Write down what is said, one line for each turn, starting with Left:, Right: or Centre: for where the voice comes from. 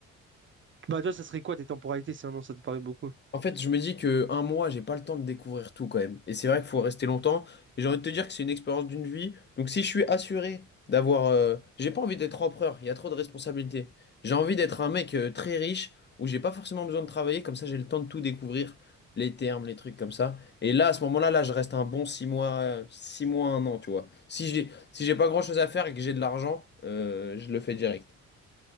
Right: Bah, toi, ça serait quoi tes temporalités, sinon ça te paraît beaucoup?
Left: En fait, je me dis que un mois, j'ai pas le temps de découvrir tout quand même. Et c'est vrai qu'il faut rester longtemps. Et j'ai envie de te dire que c'est une expérience d'une vie. Donc si je suis assuré d'avoir, euh, j'ai pas envie d'être empereur. Il y a trop de responsabilités. J'ai envie d'être un mec euh, très riche où j'ai pas forcément besoin de travailler. Comme ça, j'ai le temps de tout découvrir, les termes, les trucs comme ça. Et là, à ce moment-là, là, je reste un bon six mois, euh, six mois, un an, tu vois. Si j'ai, si j'ai pas grand-chose à faire et que j'ai de l'argent, euh, je le fais direct.